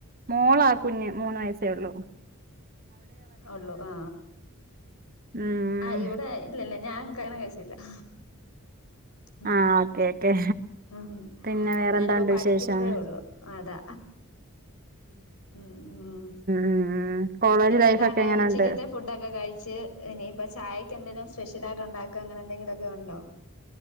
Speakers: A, on the right; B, on the left.
A: മോളാ കുഞ്ഞ് മൂന്ന് വയസ്സേ ഒള്ളൂ
B: ഒള്ളു ആ
A: ഉം
B: ആ ഇവിടെ ഇല്ലല്ല ഞാൻ കല്യാണം കഴി <unintelligible>
A: ആ ഓക്കെ ഓക്കെ
B: ഉം
A: പിന്നെ വേറെന്താണ്ട്
B: ഞാനിപ്പം പഠിക്കുന്നതേ
A: വിശേഷം
B: ഒള്ളു അതാ ഉം ഉം
A: ഉം ഉം കോളേജ്
B: പിന്നെന്താണ്
A: ലൈഫ് ഒക്കെ എങ്ങനെയുണ്ട്
B: ഉച്ചക്കത്തെ ഫുഡൊക്കെ കഴിച്ച് ഇനി ഇപ്പം ചായക്ക് എന്തെലും സ് പെഷലായിട്ടുണ്ടാക്കുക അങ്ങനെ എന്തെങ്കിലോക്കെ ഉണ്ടോ